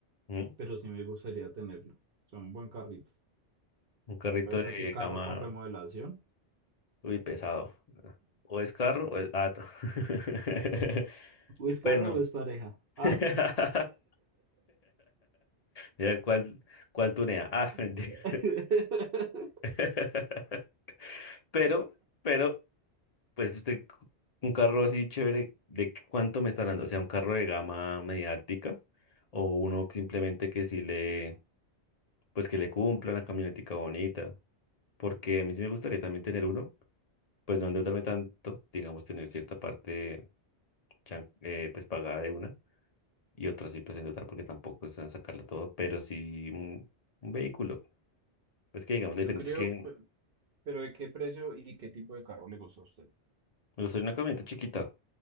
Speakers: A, on the left; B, on the right.
A: ¿Mm?
B: pero sí me gustaría tenerlo. O sea, un buen carrito.
A: Un carrito
B: ¿Hasta
A: de
B: qué carro
A: gama
B: con remodelación?
A: Uy, pesado. O es carro o es gato. <laughs>
B: ¿O es carro
A: Bueno.
B: o es pareja? Ah.
A: <laughs> Mira cuál, cuál tunea. Ah, mentira.
B: <laughs>
A: <laughs> Pero, pero, pues usted, un carro así chévere, ¿de qué- cuánto me está hablando? O sea, un carro de gama mediática o uno que simplemente que sí le, pues que le cumpla una camionetica bonita. Porque a mí sí me gustaría también tener uno, pues no endeudarme tanto, digamos, tener cierta parte chan- eh, pues pagada de una y otra sí pues en total porque tampoco es a sacarla todo, pero sí un, un vehículo. Es que digamos la
B: Yo
A: diferencia
B: creo,
A: es que mm,
B: Pero ¿de qué precio y qué tipo de carro le gustó a usted?
A: me gustaría una camioneta chiquita